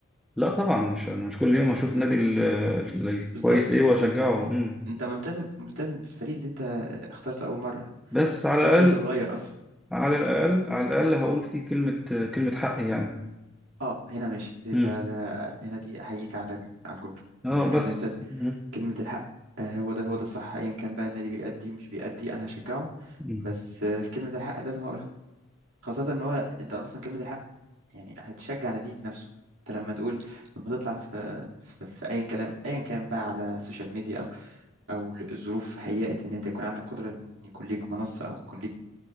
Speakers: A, in the centre; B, on the right.
A: لا طبعا مش أنا مش كل يوم أشوف النادي
B: بز-
A: ال- ال- الكويس
B: بالظبط
A: إيه وأشجعه
B: فانت انت
A: مم.
B: انت ملتزم ملتزم بالفريق اللي انت اخترته اول مره
A: بس على
B: اخترته
A: الأقل
B: وانت صغير اصلا
A: على الأقل على الأقل هقول فيه كلمة كلمة حق يعني
B: اه هنا ماشي ده,
A: مم.
B: ده, ده هنا دي احييك على على الجمله
A: اه
B: يعني فكره
A: بس
B: ان انت
A: مم.
B: كلمه الحق آه، هو ده هو ده الصح ايا كان بقى النادي بيأدي مش بيأدي انا هشجعه
A: مم.
B: بس آه، في كلمه الحق لازم اقولها خاصه ان هو انت اصلا كلمه الحق يعني هتشجع ناديك نفسه انت لما تقول لما تطلع في في, في اي كلام ايا كان بقى على السوشيال ميديا او الظروف هيأت ان انت يكون عندك قدره ان يكون ليك منصه او يكون ليك